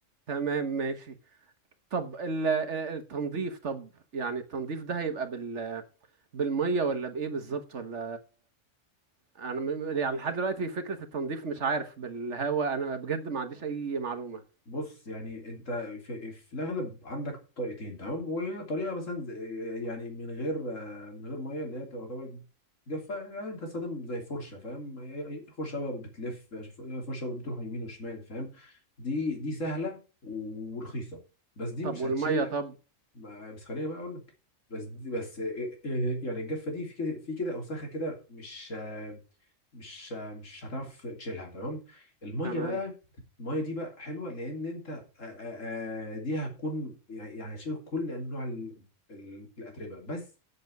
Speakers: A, on the right; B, on the left.
A: تمام ماشي طب ال- ال- التنظيف طب يعني التنظيف ده هيبقى بال بالمية ولا بإيه بالظبط ولا أنا م- يعني لحد دلوقتي فكرة التنظيف مش عارف بالهواء أنا بجد ما عنديش أي معلومة
B: بص يعني انت في, في الاغلب عندك طريقتين تمام وطريقه مثلا زي- يعني من غير آه، من غير ميه اللي هي تعتبر جافه يعني انت تستخدم زي فرشه فاهم أي- أي فرشه بقى بتلف شوف- فرشه بتروح يمين وشمال فاهم دي دي سهله ورخيصه بس دي
A: طب
B: مش
A: والمية
B: هتشيلك
A: طب
B: ما- بس خليني بقى اقول لك بس دي بس آه، آه، يعني الجافه دي في كده في كده اوساخه كده مش مش مش هتعرف تشيلها تمام الميه
A: تمام
B: بقى الميه دي بقى حلوه لان انت آه، آه، آه، دي هتكون يعني يعني هتشيل كل انواع ال- ال- الاتربه بس